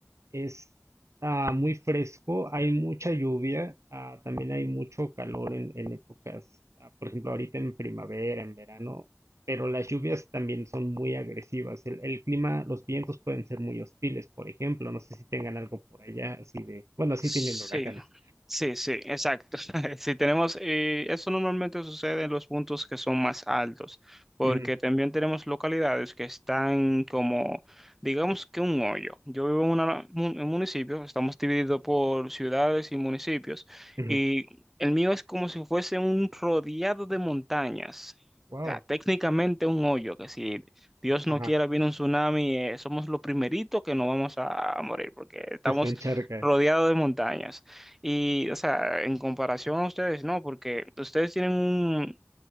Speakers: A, on the right; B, in the centre.
A: es ah, muy fresco, hay mucha lluvia, ah, también hay mucho calor en, en épocas, ah, por ejemplo, ahorita en primavera, en verano, pero las lluvias también son muy agresivas. El, el clima, los vientos pueden ser muy hostiles, por ejemplo, no sé si tengan algo por allá así de, bueno, sí
B: Sí,
A: tienen huracanes.
B: sí, sí, exacto. <laughs> Si tenemos, eh, eso normalmente sucede en los puntos que son más altos, porque
A: Ujú,
B: también tenemos localidades que están como, digamos que un hoyo. Yo vivo en una- mun- un municipio, estamos divididos por ciudades y municipios,
A: ujú.
B: y el mío es como si fuese un rodeado de montañas.
A: Wow,
B: O sea, técnicamente un hoyo, que si Dios no
A: ajá,
B: quiera viene un tsunami, eh, somos lo primerito que no vamos a morir, porque estamos
A: que se encharca.
B: rodeado de montañas. Y, o sea, en comparación a ustedes, no, porque ustedes tienen un,